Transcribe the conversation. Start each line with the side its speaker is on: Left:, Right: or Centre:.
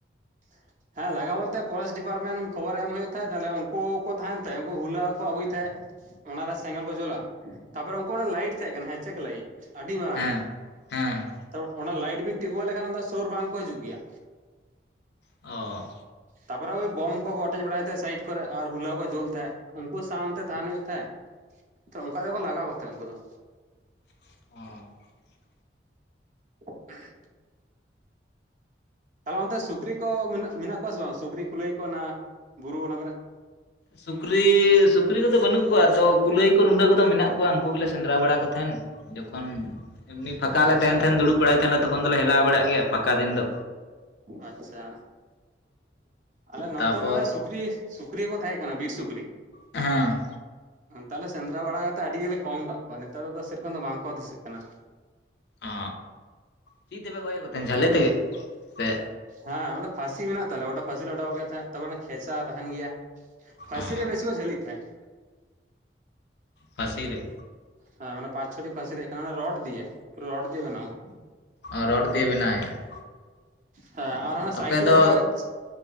Right: <unintelligible> ᱦᱮᱸ ᱞᱟᱜᱟ ᱵᱚᱞᱛᱮ ᱯᱷᱚᱨᱮᱥᱴ ᱰᱤᱯᱟᱨᱴᱢᱮᱱᱴ ᱠᱷᱚᱵᱚᱨ ᱮᱢ ᱦᱩᱭᱩᱜ ᱛᱟᱦᱮᱸᱫ, ᱛᱟᱦᱚᱞᱮ ᱩᱱᱠᱩ ᱠᱚ ᱛᱟᱦᱮᱱ ᱛᱮ ᱩᱱᱠᱩ ᱦᱩᱞᱟᱹ ᱠᱚ ᱟᱹᱜᱩᱭ ᱛᱟᱦᱮᱸᱫ ᱚᱱᱟᱨᱮ ᱥᱮᱸᱜᱮᱞ ᱠᱚ ᱡᱩᱞᱟ ᱛᱟᱨᱯᱚᱨᱮ ᱩᱱᱠᱩ ᱚᱱᱟ ᱞᱟᱭᱤᱴ ᱛᱟᱦᱮᱸ ᱠᱟᱱᱟ ᱦᱮᱸᱪᱮᱠ ᱞᱟᱭᱤᱴ ᱟᱹᱰᱤ ᱢᱟᱨᱟᱝ
Left: ᱦᱮᱸ ᱦᱮᱸ
Right: ᱛᱚ ᱚᱱᱟ ᱞᱟᱭᱤᱴ ᱵᱤᱱ ᱛᱮᱜᱚ ᱞᱮᱠᱷᱟᱱ ᱫᱚ ᱥᱩᱨ ᱵᱟᱝ ᱠᱚ ᱦᱤᱡᱩᱜ ᱜᱮᱭᱟ᱾
Left: ᱚ
Right: ᱛᱟᱨᱯᱚᱨᱮ ᱳᱭ ᱵᱚᱢ ᱠᱚ ᱚᱴᱮᱪ ᱵᱟᱲᱟᱭ ᱛᱟᱦᱮᱡ ᱥᱟᱭᱤᱰ ᱠᱚᱨᱮ ᱟᱨ ᱦᱩᱞᱟᱹᱭ ᱠᱚ ᱡᱩᱞ ᱛᱟᱦᱮᱡ ᱩᱱᱠᱩ ᱥᱟᱶᱛᱮ ᱛᱟᱦᱮᱱ ᱦᱩᱭᱩᱜ ᱛᱟᱦᱮᱸᱫ, ᱛᱚ ᱚᱱᱠᱟ ᱛᱮᱠᱚ ᱞᱟᱜᱟ ᱠᱚ ᱛᱟᱦᱮᱸ ᱩᱱᱠᱩ ᱫᱚ᱾
Left: ᱚᱻ
Right: <unintelligible> ᱛᱟᱦᱚᱞᱮ ᱚᱱᱛᱮ ᱥᱩᱠᱨᱤ ᱠᱚ ᱢᱮᱱᱟᱜ ᱠᱚᱣᱟ ᱥᱮ ᱵᱟᱝ, ᱥᱩᱠᱨᱤ ᱠᱚ ᱞᱟᱹᱭ ᱠᱚ ᱚᱱᱟ ᱵᱩᱨᱩ ᱚᱱᱟ ᱠᱚᱨᱮ?
Left: ᱥᱩᱠᱨᱤ, ᱥᱩᱠᱨᱤ ᱠᱚᱫᱚ ᱵᱟᱹᱱᱩᱜ ᱠᱚᱣᱟ ᱟᱫᱚ ᱠᱩᱞᱟᱹᱭ ᱠᱚ ᱨᱩᱸᱰᱟᱹ ᱠᱚᱫᱚ ᱢᱮᱱᱟᱜ ᱩᱱᱠᱩ ᱜᱮᱞᱮ ᱥᱮᱸᱫᱨᱟ ᱵᱟᱲᱟ ᱠᱚᱣᱟ᱾ ᱩᱱᱠᱩ ᱜᱮᱞᱮ ᱥᱮᱸᱫᱽᱨᱟ ᱵᱟᱲᱟᱭ ᱛᱟᱦᱮᱱ, ᱡᱚᱠᱷᱚᱱ ᱮᱢᱱᱤ ᱯᱷᱟᱸᱠᱟ
Right: ᱟᱪᱪᱷᱟ
Left: ᱞᱮ ᱛᱟᱦᱮᱱ
Right: ᱟᱪᱪᱷᱟ
Left: ᱫᱩᱲᱩᱵ ᱵᱟᱲᱟᱭ ᱛᱟᱦᱮᱸᱞᱮ ᱛᱚᱠᱷᱚᱱ᱾ ᱛᱚᱠᱷᱚᱱ ᱫᱚᱞᱮ ᱦᱮᱞᱟᱣ ᱵᱟᱲᱟᱜ ᱜᱮᱭᱟ ᱯᱷᱟᱸᱠᱟ ᱫᱤᱱ ᱫᱚ᱾
Right: ᱟᱪᱪᱷᱟ, ᱟᱞᱮ ᱱᱚᱛᱮ
Left: ᱛᱟᱯᱚᱨ
Right: ᱢᱟᱱᱮ ᱥᱩᱠᱨᱤ ᱥᱩᱠᱨᱤ ᱦᱚᱸᱠᱚ ᱛᱟᱦᱮᱸ ᱠᱟᱱᱟ ᱵᱤᱨ ᱥᱩᱠᱨᱤ᱾
Left: ᱦᱮᱸ᱾
Right: ᱛᱟᱦᱚᱞᱮ ᱥᱮᱸᱫᱽᱨᱟ ᱵᱟᱲᱟ ᱠᱟᱛᱮᱫ ᱟᱹᱰᱤ ᱜᱮᱞᱮ ᱠᱚᱢ ᱠᱟᱜ ᱠᱚᱣᱟ ᱱᱮᱛᱟᱨ ᱫᱚ ᱥᱮ ᱨᱚᱠᱚᱢ ᱫᱚ ᱵᱟᱝ ᱠᱚ ᱫᱤᱥᱟᱹᱜ ᱠᱟᱱᱟ᱾
Left: ᱚ ᱪᱤ ᱛᱮᱯᱮ ᱜᱚᱡ ᱠᱚ ᱛᱟᱦᱮᱱ ᱡᱟᱞᱤ ᱛᱮᱜᱮ ᱥᱮ
Right: ᱦᱮᱸ ᱢᱟᱱᱮ ᱯᱷᱟᱥᱤ ᱢᱮᱱᱟᱜ ᱛᱟᱞᱮᱭᱟ ᱚᱱᱰᱮ ᱯᱷᱟᱥᱤ ᱞᱮ ᱚᱰᱟᱣ ᱜᱮ ᱛᱟᱦᱮᱸᱫ ᱛᱟᱨ ᱯᱚᱨᱮ ᱠᱷᱮᱪᱟ ᱛᱟᱦᱮᱱ ᱜᱮᱭᱟ᱾ ᱯᱷᱟᱥᱤ
Left: ᱚ
Right: ᱨᱮ ᱵᱮᱥᱤ ᱠᱚ ᱪᱷᱟᱞᱤᱜ ᱛᱟᱦᱮᱫ ᱾
Left: ᱯᱷᱟᱥᱤ ᱨᱮ᱾
Right: ᱦᱮᱸ ᱢᱟᱱᱮ ᱯᱟᱸᱪ ᱪᱷᱚᱴᱤ ᱯᱷᱷᱟᱥᱤ ᱛᱟᱦᱮᱸ ᱠᱟᱱᱟ ᱨᱰ ᱫᱤᱭᱮ ᱯᱩᱨᱟᱹ ᱨᱰ ᱫᱤᱭᱮ ᱵᱮᱱᱟᱣ ᱾
Left: ᱚ ᱨᱚᱰ ᱫᱤᱭᱮ ᱵᱮᱱᱟᱣ ᱦᱳᱭᱳᱜ-ᱟ ᱾
Right: ᱦᱮᱸ <unintelligible>
Left: ᱟᱯᱮ ᱫᱚ
Right: ᱡᱟᱦᱟᱸ ᱚᱱᱮ